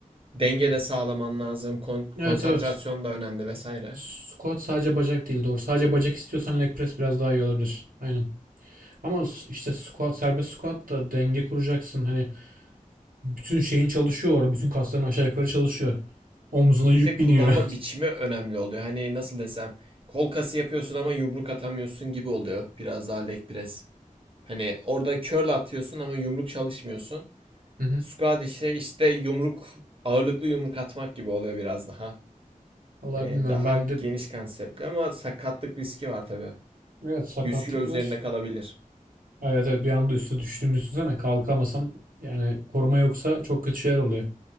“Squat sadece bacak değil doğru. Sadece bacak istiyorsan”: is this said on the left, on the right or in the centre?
Right